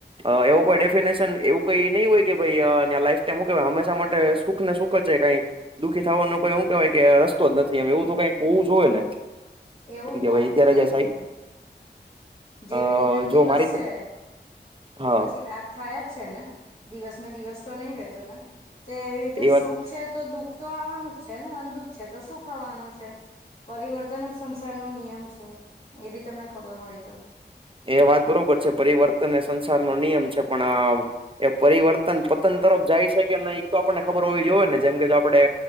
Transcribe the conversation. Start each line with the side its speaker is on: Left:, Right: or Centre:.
Right: અ એવું કોઈ ડેફિનેશન એવું કઈ નઈ હોય કે ભાઈ લાઈફ ટાઈમું કે હંમેશા માટે સુખ ને સુખ દુખ છે કઈ દુખી થવાનો કોઈ એ કવાય કે રસ્તો જ નથી એમ એવું તો કઈક હોવું જો હોય ને
Left: એવું
Right: એમ કે
Left: હોય
Right: ભાઈ અત્યારે
Left: બી નઈ
Right: જે સાઈ
Left: ને જેવી
Right: અ
Left: રીતે દિવસ
Right: જો મારી
Left: છે
Right: દ-
Left: તો
Right: હા
Left: પછી રાત થાય જ છે ને દિવસ ને દિવસ તો નહી રહેતો ને તો એવી રીતે
Right: એ વાત
Left: સુખ છે તો દુઃખ તો આવાનું જ છે ને દુઃખ છે તો શુંખ આવાનું છે પરિવર્તન જ સંસારનો છે એ બી તમને ખબર હોયતો
Right: એ વાત બરોબર છે પરિવર્તન એ સંસારનો નિયમ છે પણ એ પરિવર્તન પતન તરફ જાય છે કે નહી એ તો આપણને ખબર હોવી જોઈએ ને જેમ કે જો આપણે